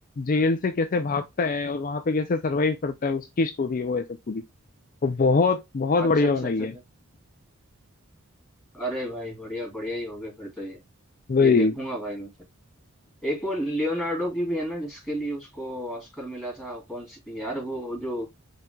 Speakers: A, on the left (about 40°); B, in the centre.
A: जेल से कैसे भागता है और वहां पे कैसे सरवाइव करता है उसकी स्टोरी है वो ऐसे पूरी वो बहुत बहुत बढ़िया
B: अच्छा अच्छा
A: बनाई
B: अच्छा
A: है
B: अच्छा अरे भाई बढ़िया बढ़िया ही हो गए फिर तो ये
A: वही
B: ये देखूंगा भाई मैं फिर एक वो लियोनार्डो की भी है ना जिसके लिए उसको ऑस्कर मिला था कौन सी थी यार वो जो